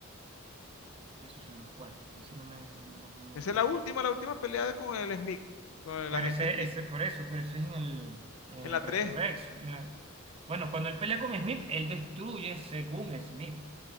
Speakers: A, on the right (about 25°); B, on the left (about 80°).
A: Eso sí no me acuerdo. Ahí sí no me... no- no- no-
B: Esa es la última, la última pelea de- con el Smith, con el
A: Pero
B: agente
A: ese,
B: Smith,
A: ese, por eso, pero ese es en el, en
B: en
A: el
B: la
A: Resurrection.
B: tres
A: en la- Bueno, cuando él pelea con Smith, él destruye según Smith.